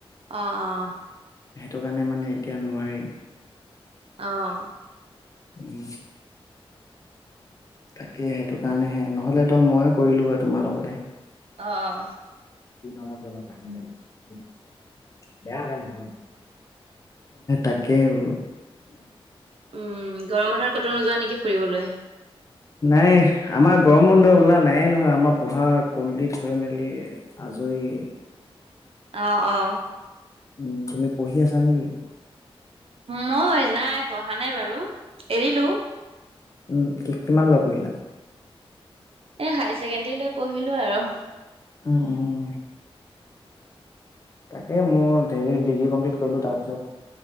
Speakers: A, on the right (about 75°); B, on the left (about 35°).
A: অ' অ'
B: সেইটো কাৰণে মানে এতিয়া নোৱাৰিম।
A: অ'
B: উম তাকে সেইটো কাৰণেহে নহলে তো মই কৰিলো হয় তোমাৰ লগতে
A: অ অ
B: তোৰ নামত জানো কাহানিবা লিখো তাকেই বোলো
A: উম গৰম বন্ধত ক'তো নোযোৱা নেকি ফুৰিবলৈ
B: নাই আমাৰ গৰম বন্ধ বোলা নায়ে নহয় আমাৰ পঢ়া কমপ্লিট হৈ মেলি আজ আজৰি
A: অ অ
B: উম তুমি পঢ়ি আছা নেকি
A: মই নাই পঢ়া নাই বাৰু এৰিলো
B: উম কি কিমানলৈ পঢ়িলা
A: এ হাই ছেকেণ্ডৰী লৈ পঢ়িলো আৰু
B: উম উম তাকে মোৰ হেৰি ডিগ্ৰী কমপ্লিট কৰিলো তাৰপিছত